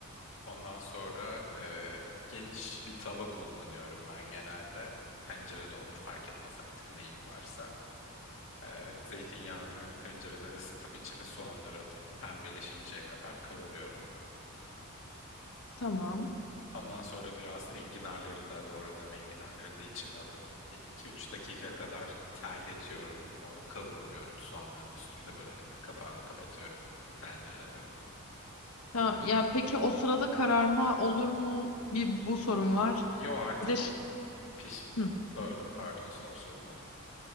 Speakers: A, on the left; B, on the left.
A: Ondan sonra e, geniş bir tava kullanıyorum ben genelde. Tencere de olur fark etmez artık neyin varsa. E, zeytinyağını tencerede ısıtıp içine soğanları atıp pembeleşinceye kadar kavuruyorum.
B: Tamam.
A: Ondan sonra biraz enginarları da doğradığım enginarları da içine atıp bir 2-3 dakika kadar terletiyorum. Onu kavurmuyorum. Soğanların üstünde bırakıp kapağını kapatıyorum tencerenin.
B: Tamam. Ya peki o sırada kararma olur mu? Bir bu sorun var.
A: Yo artık
B: Bir de ş-
A: o piş...
B: hı.
A: Böldüm pardon sor sorunu.